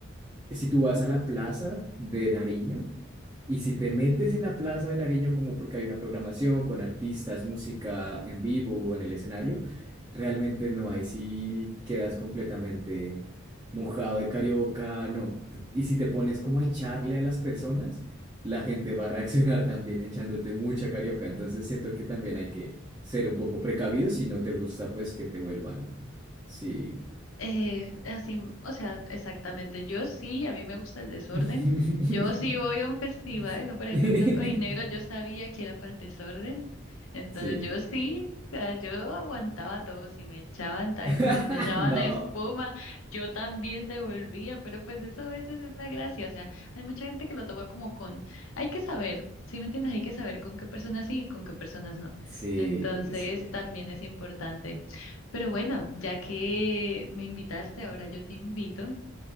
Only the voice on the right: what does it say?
si tú vas a la plaza de Nariño y si te metes en la plaza de Nariño como porque hay una programación con artistas, música en vivo o en el escenario, realmente no, ahí sí quedas completamente mojado de carioca, no. T- Y si te pones como a echarle a las personas, la gente va a reaccionar también echándote mucha carioca, entonces siento que también hay que ser un poco precavido si no te gusta pues que te vuelvan, sí.
<laughs>
<laughs>
Sí.
<laughs>
No.
Sí,
sí.